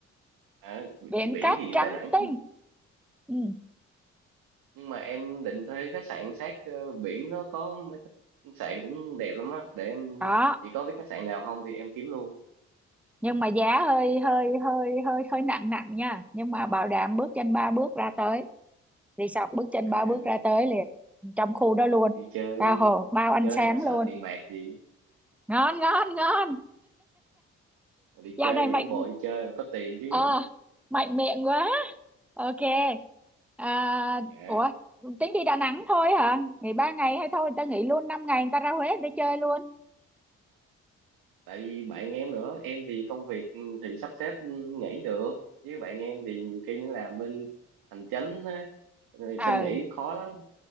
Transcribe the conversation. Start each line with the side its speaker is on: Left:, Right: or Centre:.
Right: À,
Centre: biển
Right: thì biển
Centre: cát
Right: thì
Centre: trắng
Right: Đà Nẵng
Centre: tinh ừ.
Right: nhưng mà em định thuê khách sạn sát ờ, biển nó có mấy khách sạn cũng đẹp lắm á để em
Centre: đó
Right: chỉ có biết khách sạn nào không thì em kiếm luôn
Centre: nhưng mà giá hơi hơi hơi hơi hơi nặng nặng nha nhưng mà bảo đảm bước chân ba bước ra tới resort bước chân
Right: Trời
Centre: ba bước
Right: ơi,
Centre: ra tới liền trong khu đó luôn
Right: đi chơi
Centre: tha hồ bao
Right: đi
Centre: ăn
Right: chơi
Centre: sáng
Right: mà sợ
Centre: luôn
Right: tiền bạc gì
Centre: ngon ngon ngon
Right: mà đi
Centre: dạo
Right: chơi
Centre: này mạnh
Right: dẫn bồ đi chơi mà có tiền chứ
Centre: ờ mạnh miệng quá ok à,
Right: dạ
Centre: ủa tính đi Đà Nẵng thôi hả nghỉ ba ngày hay thôi người ta nghỉ luôn năm ngày người ta ra Huế người ta chơi luôn
Right: tại vì bạn em nữa em thì công việc ừ, thì sắp xếp ừ, nghỉ được chứ bạn em thì nhiều khi nó làm bên hành chánh á, rồi xin
Centre: Ừ,
Right: nghỉ cũng khó lắm